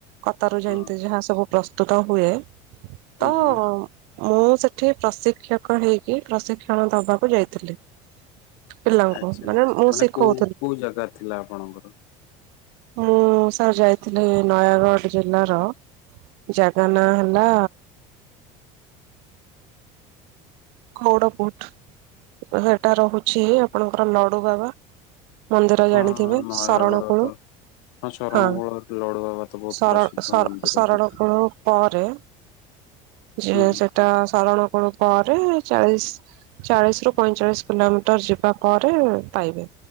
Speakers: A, on the right; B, on the left.
A: କତାରୁ ଯେମିତି
B: ହଁ
A: ଯାହା ସବୁ ପ୍ରସ୍ତୁତ ହୁଏ
B: ହୁଁ
A: ତ
B: ହୁଁ
A: ମୁଁ ସେଠି ପ୍ରଶିକ୍ଷକ ହେଇକି ପ୍ରଶିକ୍ଷଣ ଦବାକୁ ଯାଇଥିଲି। ପିଲାଙ୍କୁ
B: ଆଚ୍ଛା
A: ମାନେ
B: ଆଚ୍ଛା
A: ମୁଁ ଶିଖଉ
B: କୋଉ କୋଉ ଜାଗା ଥିଲା ଆପଣଙ୍କର?
A: ମୁଁ ସାର୍ ଯାଇଥିଲି ନୟାଗଡ଼ ଜିଲ୍ଲାର ଜାଗା ନା ହେଲା କୌଡପୁଟ ସେଟା ରହୁଛି ଆପଣଙ୍କର ଲଡୁବାବା ମନ୍ଦିର
B: ହଁ
A: ଜାଣିଥିବେ
B: ନୟାଗଡ
A: ଶରଣ କୋଳୁ।
B: ତ ଶରଣକୁଳ
A: ହଁ
B: ଲଡୁ ବାବା ତ ବହୁତ
A: ସର-ସର-ସରଣ
B: ପ୍ରସିଦ୍ଧ ମନ୍ଦିର ସେଇଟା।
A: କୁଳରୁ ପରେ ଯେ
B: ହୁଁ
A: ସେଟା ଶରଣ କୋଳୁ ପରେ ଚାଳିଶ ଚାଳିଶ ରୁ ପଇଁଚାଳିଶ କିଲୋମିଟର ଯିବା ପରେ ପାଇବେ।